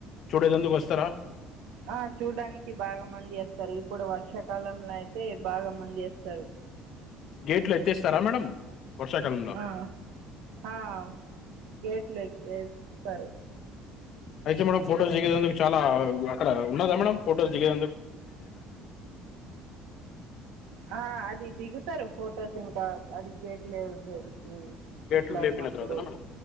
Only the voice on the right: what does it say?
ఆ చూడ్డానికి బాగ మంది అస్తరు ఇప్పుడు వర్షకాలం లయితే బాగా మంది అస్తరు
ఆ, ఆ గేట్లే క్ ఎస్తారు
ఆ అది దిగుతరు ఫొటోస్ ఇంకా అది గేట్ లేదు ఊ
ఇట్లయినప్పుడూ